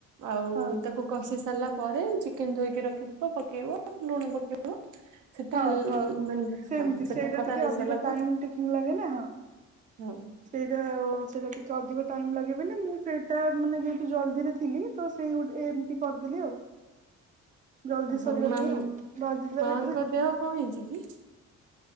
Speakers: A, on the right; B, on the right.
A: ଆଉ
B: ହଁ
A: ତାକୁ କଷି ସାରିଲା ପରେ, ଚିକେନ୍ ଧୋଇକି ରଖିଥିବ। ପକେଇବ, ଲୁଣ ପକେଇବ। ସେଟା
B: ହଁ
A: ହେଲ୍
B: ହଁ।
A: ମାନେ
B: ସେମିତି
A: ହଁ, ସେଟା
B: ସେଇଟା
A: କରା
B: ଟିକେ
A: ହେଇ
B: ଅଧିକ
A: ସାରିଲା
B: ଟାଇମ
A: ପା
B: ଟେକିଂ ଲାଗେ ନା ହଁ
A: ହୁଁ।
B: ସେଇଟା ଆଉ, ସେଟା ଟିକେ ଅଧିକ ଟାଇମ୍ ଲାଗେବୋଲି, ମୁଁ ସେଇଟା ମାନେ ଯେହେତୁ ଜଲ୍ଦିରେ ଥିଲି ତ ସେଇ ଗୋଟେ, ଏମିତି କରିଦେଲିି ଆଉ। ଜଲ୍ଦି
A: ହଁ
B: ସରିବା
A: ମାମ
B: ପାଇଁ ଆଉ। ଭାଜିଲା
A: ମାମାଙ୍କ
B: ଭିତରେ
A: ଦେହ କଣ ହେଇଁଚି କି?